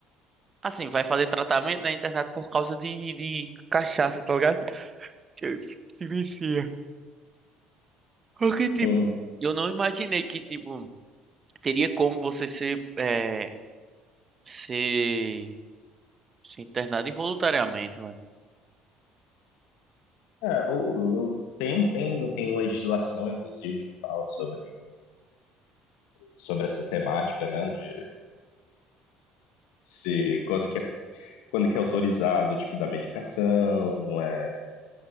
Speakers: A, on the right; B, on the left.
A: Assim, vai fazer tratamento, né? Internado por causa de, de cachaça, tá ligado? Que se vicia. Porque, tipo,
B: hum,
A: eu não imaginei que, tipo. teria como você ser, é, ser, ser internado involuntariamente, mano.
B: é, eu, eu- tem, tem, tem legislação, inclusive, que fala sobre, sobre essa temática, né? De se, quando que é, quando que é autorizado o tipo da medicação, é,